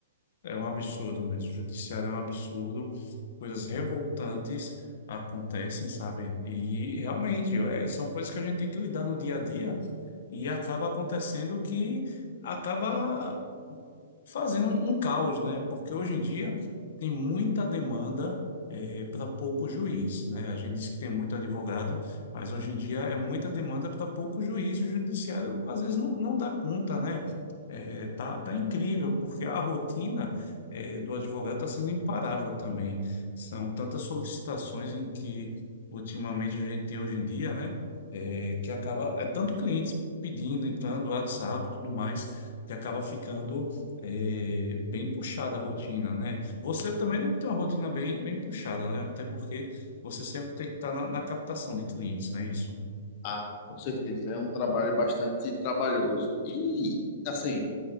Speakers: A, on the left; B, on the left.
A: É um absurdo mesmo. O judiciário é um absurdo. Coisas revoltantes acontecem, sabe? E realmente é, são coisas que a gente tem que lidar no dia a dia e acaba acontecendo que acaba fazendo um, um caos, né? Porque hoje em dia tem muita demanda para pouco juiz, né? A gente diz que tem muito advogado, mas hoje em dia é muita demanda para pouco juiz e o judiciário às vezes não, não dá conta, né? É, tá, tá incrível, porque a rotina eh, do advogado está sendo imparável também. São tantas solicitações em que ultimamente a gente tem hoje em dia, né? eh, que acaba, é tanto clientes pedindo, entrando, WhatsApp, tudo mais, que acaba ficando eh, bem puxada a rotina, né? Você também deve ter uma rotina bem, bem puxada, né? Até porque você sempre tem que estar na, na captação de clientes, né isso?
B: Ah, com certeza. É um trabalho bastante trabalhoso. E, assim,